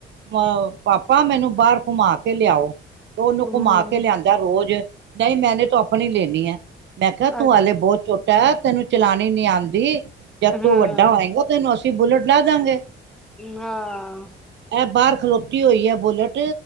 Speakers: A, on the right; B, in the centre.
A: ਪਾਪਾ। ਪਾਪਾਂ ਮੈਨੂੰ ਬਾਹਰ ਘੁਮਾ ਕੇ ਲਿਆਓ, ਤੇ ਉਹਨੂੰ
B: ਹੂੰ
A: ਘੁਮਾ ਕੇ ਲਿਆਂਦੇ। ਰੋਜ਼, ਨਹੀਂ ਮੈਨੇ ਤੋ ਆਪਣੀ ਲੈਨੀ ਹੈ। ਮੈਂ ਕਿਹਾ
B: ਅ
A: ਤੂੰ ਹਲੇ ਬਹੁਤ ਛੋਟਾ ਹੈ, ਤੈਨੂੰ ਚਲਾਉਣੀ ਨੀ ਆਂਦੀ। ਜਦ
B: ਹਾਂ
A: ਤੂੰ ਵੱਡਾ ਹੋਏਂਗਾ ਤੈਨੂੰ ਅਸੀਂ ਬੁਲੇਟ ਲੈ ਦਾਂਗੇ।
B: ਹਾਂ।
A: ਇਹ ਬਾਹਰ ਖਲੋਤੀ ਹੋਈ ਹੈ। ਬੁਲਟ